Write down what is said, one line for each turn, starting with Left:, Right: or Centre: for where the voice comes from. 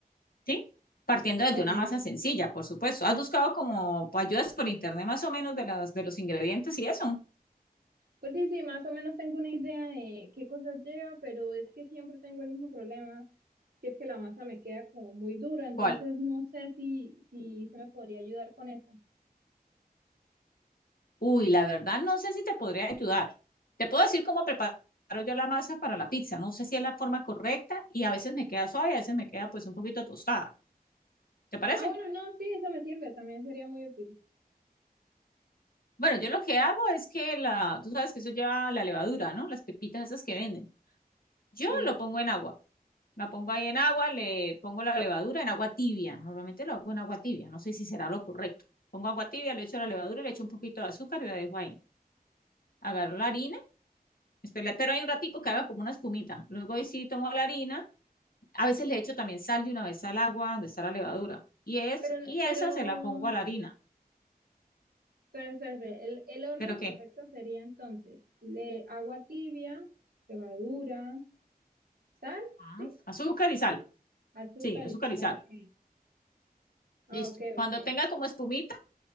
Left: ¿sí? Partiendo desde
Right: Ah, bueno,
Left: una masa
Right: bueno.
Left: sencilla, por supuesto. ¿Has buscado como ayudas por internet más o menos de las, de los ingredientes y eso?
Right: Pues sí, sí, más o menos tengo una idea de qué cosas lleva, pero es que siempre tengo el mismo problema, que es que la masa me queda como muy dura, entonces
Left: ¿Cuál?
Right: no sé si, si se me podría ayudar con eso.
Left: Uy, la verdad no sé si te podría ayudar. Te puedo decir cómo preparo yo la masa para la pizza. No sé si es la forma correcta y a veces me queda suave, a veces me queda pues un poquito tostada. ¿Te parece?
Right: Ah, bueno, no, sí, eso me sirve, también sería muy útil.
Left: Bueno, yo lo que hago es que la, tú sabes que eso lleva la levadura, ¿no? Las pepitas esas que venden. Yo
Right: Sí,
Left: lo pongo en agua. La pongo ahí en agua, le pongo la levadura en agua tibia. Normalmente lo hago en agua tibia. No sé si será lo correcto. Pongo agua tibia, le echo la levadura, le echo un poquito de azúcar y la dejo ahí. Agarro la harina, espero, pero hay un ratico que haga como una espumita. Luego ahí sí tomo la harina. A veces le echo también sal de una vez al agua donde está la levadura. Y, es,
Right: pero,
Left: y esa
Right: pero,
Left: se la pongo a la harina.
Right: pero espérate, el, el orden
Left: ¿Pero qué?
Right: correcto sería entonces le, agua tibia, levadura, sal,
Left: Ah,
Right: ¿sí?
Left: Azúcar y sal.
Right: Azúcar
Left: Sí, azúcar
Right: y sal,
Left: y sal.
Right: ah, ok. Ah,
Left: Listo.
Right: ok,
Left: Cuando
Right: ok.
Left: tenga como espumita,